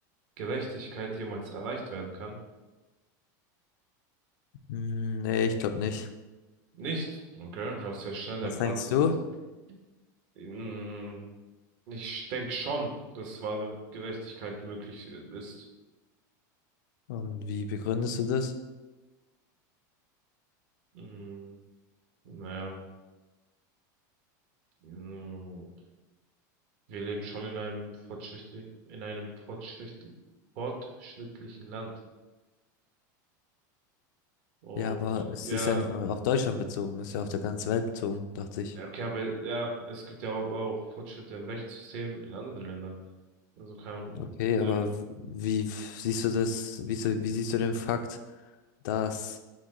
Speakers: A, on the right; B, on the left.
A: Gerechtigkeit jemals erreicht werden kann?
B: Hm, nee, ich glaube nicht.
A: Nicht. Okay, hast ja schnell dein
B: Was
A: Fazit
B: denkst du?
A: gezogen. Mm, Ich denke schon, dass wahre Gerechtigkeit möglich äh, ist.
B: Und wie begründest du das?
A: Mm, Naja. mm, Wir leben schon in einem fortschrittlich, in einem fortschritt, fortschrittlichen Land. Und
B: Ja, aber es
A: ja,
B: ist ja nicht nur auf Deutschland bezogen, es ist ja auf der ganzen Welt bezogen, dachte ich.
A: okay, aber ja, es gibt ja auch, auch Fortschritte im Rechtssystem in anderen Ländern. Also keine Ahnung.
B: Okay, aber
A: ähm,
B: w- wie f- siehst du das, wie, so, wie siehst du den Fakt, dass